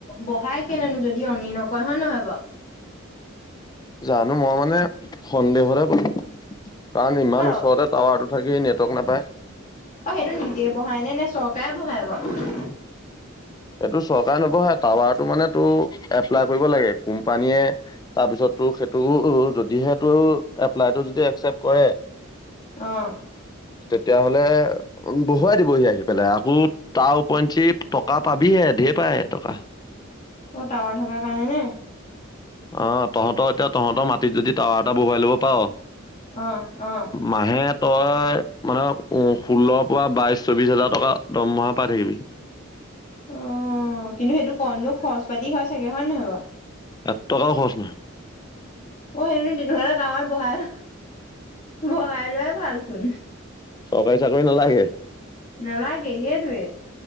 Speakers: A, on the left (about 40°); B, on the left (about 20°).
A: বহাই কেনেনো যদি অননি নকয় হয় নহয় বাৰ
B: জানো মই মানে সন্দেহতে কলো কাৰণ
A: বাৰু
B: ইমান
A: অ
B: ওচৰতে টাৱাৰ তথাকি নেটৱৰ্ক নাপায়
A: অ সেইটো নিজে বহাই নে নে চৰকাৰে বহাই বাৰু
B: এইটো চৰকাৰে নবহাই টাৱাৰটো মানে তো এপ্লাই কৰিব লাগে কোম্পানীয়ে তাৰপিছত ত সেইটো যদিহে তটো এপ্লাইটো যদি একচেপট কৰে
A: অ '
B: তেতিয়াাহলে বহুৱাই দিবহি আহি পেলাই আকৌ তাৰ উপওৰঞ্চি টকা। পাবিহে ঢেৰ পায় টকা
A: অ টাৱাৰ থকা কাৰণে নে
B: আহ তহঁতৰ এতিয়া তহঁতৰ মাটিত যদি টাৱাৰ এটা বহুৱাই ল'ব পাৰ।
A: আহ আহ
B: মাহে তই মানে ষোল্লৰ পৰা বাইশ চৌবিশ হাজাৰ টকা দৰমহা পাই থাকিবি।
A: অ', কিন্তু সেইটো কণনো খৰচ পাতি হোৱা চাগে হয় নে নহয় বাৰু
B: এ টকাও খৰচ নাই
A: পঢ়াইো ন তেনেকুৱা তাৱাৰ বহাই বহাই লোৱাই ভালচোন।
B: চৰকাৰী চাকৰি নালাগে
A: নালাগে সেইটোৱে